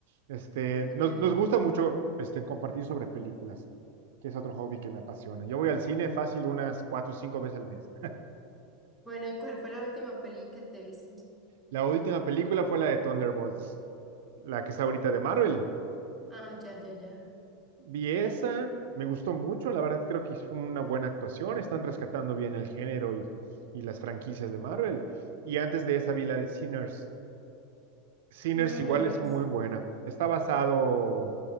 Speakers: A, on the right (about 75°); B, in the centre.
A: Este,
B: Ay,
A: nos,
B: qué bien.
A: nos gusta mucho este, compartir sobre películas, que es otro hobby que me apasiona. Yo voy al cine fácil unas cuatro o cinco veces al mes.
B: Bueno, ¿y cuál fue la última peli que te viste?
A: La última película fue la de Thunderbolts, la que está ahorita de Marvel.
B: Ah, ya, ya, ya.
A: Vi esa, me gustó mucho, la verdad creo que fue una buena actuación, están rescatando bien el género y, y las franquicias de Marvel. Y antes de esa vi la de Sinners. Sinners
B: No,
A: igual
B: no la
A: es
B: he visto.
A: muy buena. Está basado